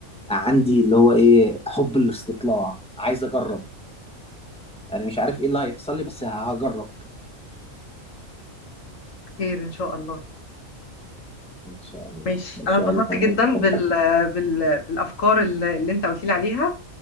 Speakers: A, in the centre; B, on the left.
A: عندي اللي هو ايه حب الاستطلاع عايز اجرب انا مش عارف ايه اللي هيحصل لي بس هجرب
B: خير ان شاء الله
A: ان شاء الله
B: ماشي
A: ان شاء
B: انا اتبسطت
A: الله نجرب
B: جدا بال...
A: حبيبي
B: بال... بالافكار اللي اللي انت قلت لي عليها